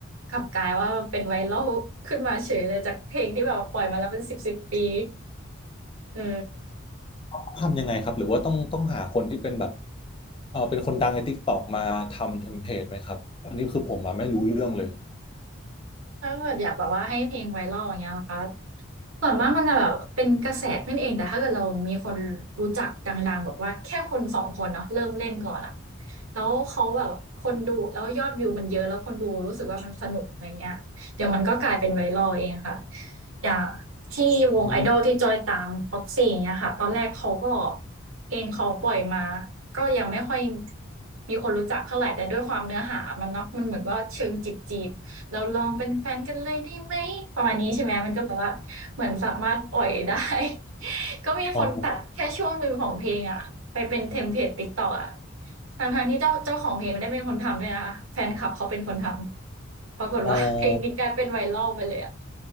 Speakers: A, on the right; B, on the left.
A: กลับกลายว่าเป็นไวรัลขึ้นมาเฉยเลยจากเพลงที่แบบว่าปล่อยมาแล้วเป็นสิบสิบปีเออ
B: ต้องทำยังไงครับหรือว่าต้องต้องหาคนที่เป็นแบบเออเป็นคนดังใน TikTok มาทำเทมเพลตไหมครับอันนี้คือผมอะไม่รู้เรื่องเลย
A: ถ้าเกิดอยากแบบว่าให้เพลงไวรัลอย่างเงี้ยนะคะ ส่วนมากมันจะแบบเป็นกระแสขึ้นเองแต่ถ้าเกิดเรามีคนรู้จักดังๆบอกว่าแค่คนสองคนเนาะเริ่มเล่นก่อนอะแล้วเขาแบบคนดูแล้วยอดวิวมันเยอะแล้วคนดูรู้สึกว่ามันสนุกอะไรเงี้ยเดี๋ยวมันก็กลายเป็นไวรัลเองค่ะอย่างที่วงไอดอลที่จอยตามออกซี่างเงี้ยค่ะตอนแรกเขาก็
B: อม
A: เพลงเขาปล่อยมาก็ยังไม่ค่อยมีคนรู้จักเท่าไหร่แต่ด้วยความเนื้อหามันเนาะมันเหมือนว่าเชิงจีบจีบ เราลองเป็นแฟนกันเลยได้ไหมประมาณนี้ใช่ไหมมันก็แบบว่าเหมือนสามารถปล่อยได้ <laughs> ก็มีคนตัดแค่ช่วงหนึ่งของเพลงอะไปเป็นเทมเพลตติ๊กต็อกอะ
B: อ๋อ
A: ทางทางๆที่เจ้าเจ้าของเพลงไม่ได้เป็นคนทำด้วยนะคะแฟนคลับเขาเป็นคนทำปรากฏว่า
B: อ๋อ
A: <laughs> เพลงนี้กลายเป็นไวรัลไปเลยอะ